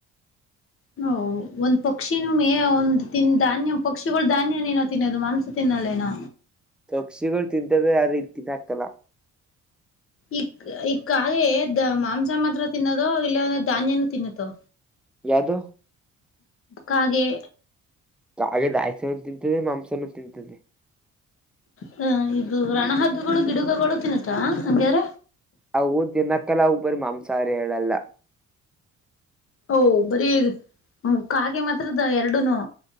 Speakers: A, on the left; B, in the centre.
A: ಹ- ಒಂದ್ ಪಕ್ಷಿ -ಮೇ -ಒಂದ ತಿನ್ ಧಾನ್ಯ ಪಕ್ಷಿಗಳು ಧಾನ್ಯಏನೋ ತಿನ್ನೋದು ಮಾಂಸ ತಿನ್ನ ನಳನ
B: ಪಕ್ಷಿಗಳು ತಿಂತವೆ- ಆ -ರೀ- ತಿನ್ನಾತಲ್ಲ
A: ಈಕ್ ಈಕ್ಕ ಹಾಗೆ ದ ಮಾಂಸ ಮಾತ್ರ ತಿನ್ನದೋ ಇಲ್ಲಾಂದ್ರೆ ಧಾನ್ಯನು ತಿನ್ನತ್ತೋ
B: ಯಾದು
A: ಕಾಗೆ.
B: ಕಾಗೆ ದಾನ್ಯಾ ತಿಂತದೆ ಮಾಂಸನ ತಿಂತದೆ.
A: ಹ- ಇದು ರಣಹದ್ದುಗಳು ಗಿಡಗಗಳು ತಿನ್ನುತ್ತಾ ಹಂಗ್ಯಾರ
B: ಅವು ದಿನಕಲಾ ಉಬ್ಬರ ಮಾಂಸಾಹಾರಿ ಹೇಳಲ್ಲ
A: ಓ -ಬರೀ ಕಾಗೆ ಮಾತ್ರದ ಎರಡುನು.